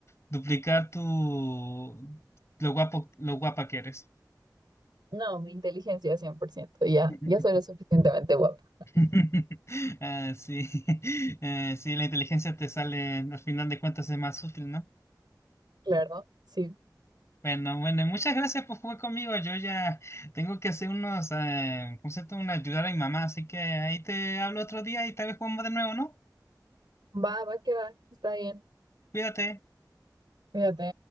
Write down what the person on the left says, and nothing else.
duplicar tu... lo guapo, lo guapa que eres?
<laughs>
<laughs> Ah, sí, <laughs> Eh, sí, la inteligencia te sale, al final de cuentas es más útil, ¿no?
Bueno, bueno, muchas gracias por jugar conmigo. Yo ya tengo que hacer unos, eh, ¿cómo se llama? Una ayudar a mi mamá, así que ahí te hablo otro día y tal vez jugamos de nuevo, ¿no?
Cuídate.